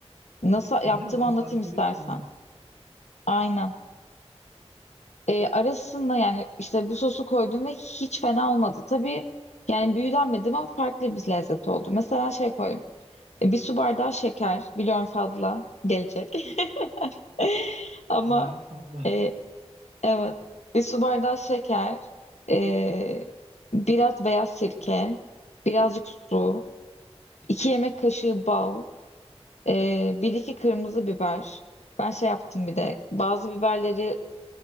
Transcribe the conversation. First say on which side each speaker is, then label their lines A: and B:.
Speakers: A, on the left (about 85°); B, on the right (about 70°).
A: Nasıl
B: Öyle
A: yaptığımı
B: mi? Bana
A: anlatayım
B: tarifini
A: istersen.
B: verirsin umarım.
A: Aynen. Ee, arasında yani işte bu sosu koydum ve hiç fena olmadı. Tabii yani büyülenmedim ama farklı bir lezzet oldu. Mesela şey koydum. Bir su bardağı şeker. Biliyorum fazla gelecek. <laughs> Ama
B: Bayağı fazla.
A: e, Evet. Bir su bardağı şeker, e, biraz beyaz sirke, birazcık su, iki yemek kaşığı bal, e, bir iki kırmızı biber. Ben şey yaptım bir de bazı biberleri